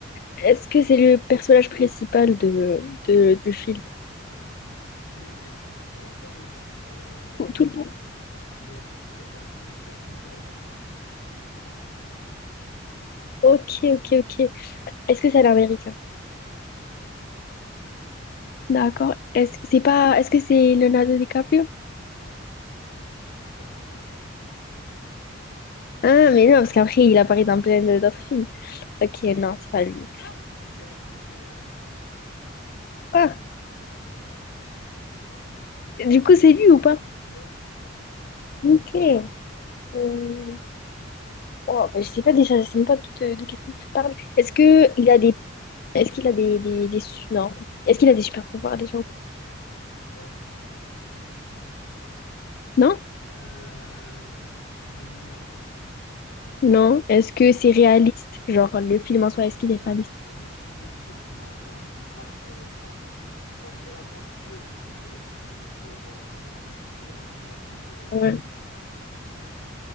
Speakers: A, on the left; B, on the left.
A: est-ce que c'est le personnage principal de, de- du film?
B: Lui, il est tout le temps, pas tout le temps. Euh,
A: Tout, tout le monde.
B: non, il est, il est presque tout, presque tout le temps le personnage principal, lui. Presque tout le temps.
A: Ok, ok, ok. Est-ce que c'est un Américain?
B: Oui.
A: D'accord. Est-ce que c'est pas, est-ce que c'est Leonardo DiCaprio?
B: Non, t'as dit c'est Titanic, je dis. <laughs>
A: Ah, mais non, parce qu'après, il apparaît dans plein d'autres films. Ok, non, c'est pas lui.
B: ah <laughs> Qu'est-ce que je raconte?
A: Ah, du coup, c'est lui ou pas?
B: Non?
A: Ok. Euh, oh, bah, je sais pas déjà, je sais même pas de, de quel film tu parles. Est-ce que il a des est-ce qu'il a des, des, des su- non. Est-ce qu'il a des super pouvoirs déjà?
B: Euh,
A: Non?
B: euh, je- non.
A: Non. Est-ce
B: Non.
A: que c'est réaliste? Genre le film en soi, est-ce qu'il est
B: Euh,
A: réaliste?
B: les films où il joue, non, euh, la plupart, c'est pas la... Bon, il y a la moitié où c'est où c'est un peu voilà, fantastique et l'autre moitié, c'est euh,
A: Ouais.
B: c'est normal. ouais.